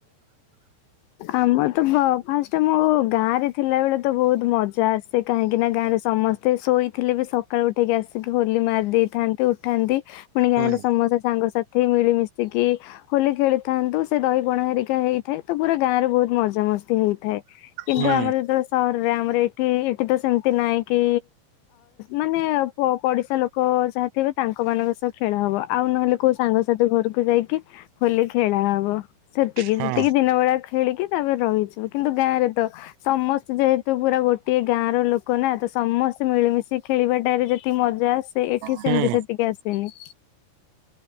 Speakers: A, on the left; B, on the right.
A: ଆମର ତ ବ ଫାଷ୍ଟ ମୁଁ ଗାଁ ରେ ଥିଲାବେଳେ ତ ବହୁତ ମଜା ଆସେ। କାହିଁକି ନା ଗାଁରେ ସମସ୍ତେ ଶୋଇଥିଲେ ବି ସକାଳୁ ଉଠେଇକି ଆସ ହୋଲି ମାରି ଦେଇଥାନ୍ତି ଉଠାନ୍ତି। ପୁଣି ଗାଁରେ
B: ହୁଁ
A: ସମସ୍ତେ ସାଙ୍ଗସାଥି ମିଳିମିଶିକି ହୋଲି ଖେଳିଥାନ୍ତୁ। ସେ ଦହି ପଣା ହେରିକା ହେଇଥାଏ। ତ ପୁରା ଗାଁରେ ବହୁତ ମଜ୍ ମଜାମସ୍ତି ହେଇଥାଏ। କିନ୍ତୁ
B: ହୁଁ
A: ଆମର ଯେତେବେଳେ ସହରରେ ଆମର ଏଠି ଏଠି ତ ସେମିତି ନାହିଁ। କି ମାନେ ଅ ପଡିଶା ଲୋକ ଯାହା ଥିବେ ତାଙ୍କ ମାନଙ୍କ ସହ ଖେଳ ହବ। ଆଉ ନହେଲେ କୋଉ ସାଙ୍ଗସାଥି ଘରକୁ ଯାଇକି ହୋଲି ଖେଳା ହବ। ସେତିକି
B: ହଁ।
A: ସେତିକି ଦିନ ବେଳିଆ ଖେଳିକି <unintelligible> ରହିଯିବୁ କିନ୍ତୁ ଗାଁରେ ତ ସମସ୍ତେ ଯେହେତୁ ପୁରା ଗୋଟିଏ ଗାଁ ର ଲୋକ ନା ତ ସମ ମିଳିମିସି ଖେଳିବା ଟାରେ ଯେ ମଜା ଆସେ ଏଠି
B: ହୁଁ
A: ସେମିତି ସେତିକି ଆସେନି।